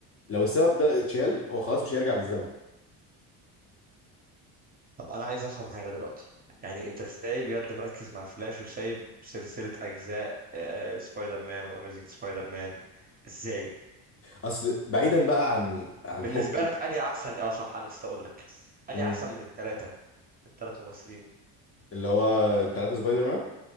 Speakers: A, on the left (about 35°); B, on the right (about 20°).
A: لو السبب ده اتشال هو خلاص مش هيرجع بالزمن
B: طب انا عايز افهم حاجه دلوقتي يعني انت ازاي بجد مركز مع فلاش وسايب سلسله اجزاء آه، سبايدر مان واميزنج سبايدر مان ازاي
A: اصل بعيدا بقى عن عن
B: بالنسبه
A: حبي
B: لك انهي احسن اه صح انا نسيت اقول لك انهي
A: مم.
B: احسن من الثلاثه الثلاث ممثلين
A: اللي هو التلاتة سبايدر مان